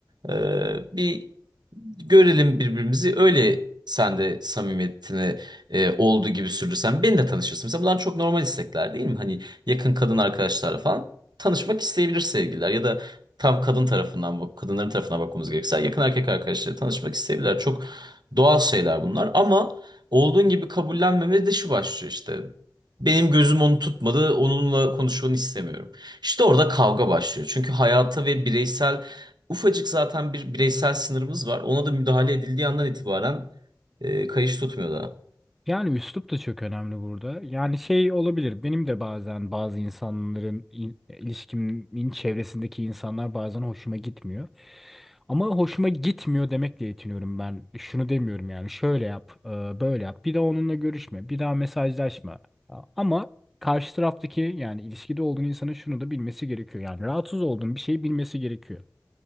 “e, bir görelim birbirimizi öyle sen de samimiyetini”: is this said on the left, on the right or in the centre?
Right